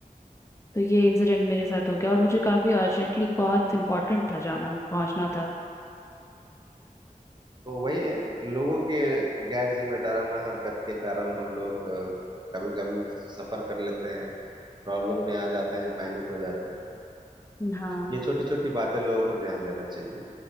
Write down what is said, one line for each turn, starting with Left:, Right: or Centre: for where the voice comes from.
Left: तो ये इंसिडेंट मेरे साथ हो गया और मुझे काफी अर्जेंटली बहुत इंपॉर्टेंट था जाना पहुंचना था
Right: तो वही है लोगों के गैर जिम्मेदाराना हरकत के कारण हम लोग कभी कभी सफर कर लेते हैं प्रॉब्लम में आ जाते हैं पैनिक हो जाते हैं
Left: हाँ
Right: ये छोटी छोटी बातें लोगों को ध्यान देना चाहिए